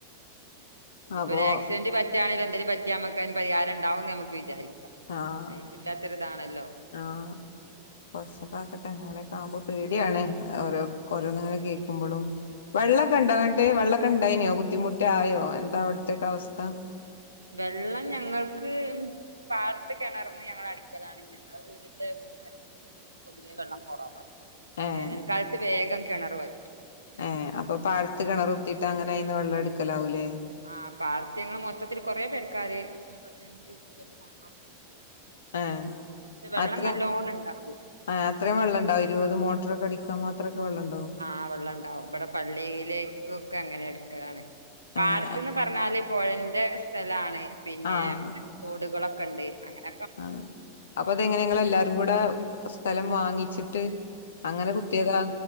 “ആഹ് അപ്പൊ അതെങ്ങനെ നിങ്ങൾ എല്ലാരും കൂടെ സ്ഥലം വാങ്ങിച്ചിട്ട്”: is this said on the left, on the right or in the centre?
Left